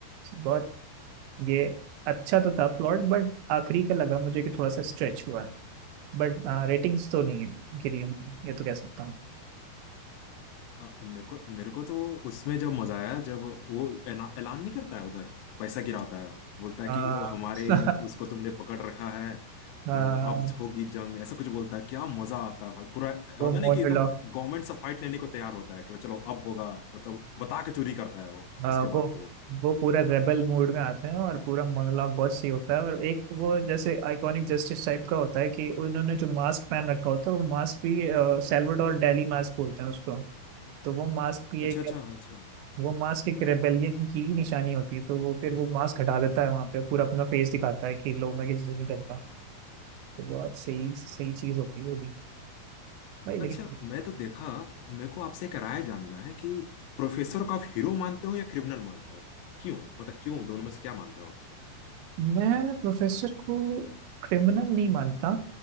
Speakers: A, on the right; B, on the left.
A: बहुत ये अच्छा तो था प्लॉट बट आखिरी का लगा मुझे कि थोड़ा सा स्ट्रेच हुआ है बट रेटिंग्स तो नहीं है गिरी उनकी ये तो कह सकता हूँ
B: अ, मेरे को मेरे को तो उसमें जब मजा आया जब वो ऐना- ऐलान नहीं करता है उधर पैसा गिराता है बोलता है
A: आ,
B: कि वो हमारे
A: <laughs>
B: उसको तुमने पकड़ रखा है
A: आ,
B: तो अब होगी जंग ऐसा कुछ बोलता है क्या मजा आता है भाई पूरा
A: वो
B: होता
A: मोनोलॉग
B: नहीं कि एकदम गवर्नमेंट से फाइट लेने को तैयार होता है कि चलो अब होगा मतलब बता के चोरी करता है वो
A: आ,
B: उसके
A: वो
B: बाद तो
A: वो पूरा रेबल मूड में आते हैं और पूरा मोनोलॉग बहुत सही होता है और एक वो जैसे आइकॉनिक जस्टिस टाइप का होता है कि उन्होंने जो मास्क पहन रखा होता है वो मास्क भी सैल्वाडोर डेली मास्क बोलते हैं उसको तो वो मास्क भी
B: अच्छा
A: एक
B: अच्छा अच्छा
A: वो मास्क एक रेबेलियन की ही निशानी होती है तो वो फिर वो मास्क हटा देता है वहां पे पूरा अपना फेस दिखाता है कि लो मैं किसी से नहीं डरता तो वो आज सही सही चीज होती है वो भी भाई लेकिन
B: अच्छा मैं तो देखा मेरे को आपसे एक राय जानना है कि प्रोफेसर को आप हीरो मानते हो या क्रिमिनल मानते हो क्यों मतलब क्यों दोनों में से क्या मानते हो आप
A: मैं प्रोफेसर को क्रिमिनल नहीं मानता